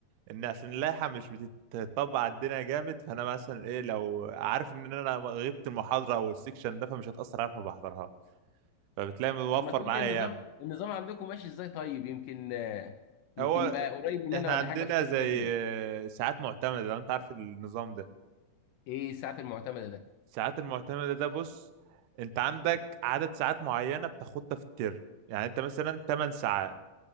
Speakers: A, on the right; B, on the left.
A: ان عشان اللائحه مش بتطبق على الدنيا جامد فانا مثلا ايه لو عارف ان انا غبت المحاضره او السكشن ده فمش هتاثر عليها فبحضرها فبتلاقي موفر
B: طب ما تقول
A: معايا
B: لي النظام النظام عندكم ماشي ازاي طيب يمكن آه، يمكن
A: هو
B: يبقى قريب مننا
A: احنا
B: ولا
A: عندنا
B: حاجه واشوفك
A: زي
B: بتعمل ايه
A: ساعات معتمدة لو انت عارف النظام ده
B: ايه الساعات المعتمده ده
A: الساعات المعتمدة ده بص انت عندك عدد ساعات معينة بتاخدها في الترم يعني انت مثلا 8 ساعات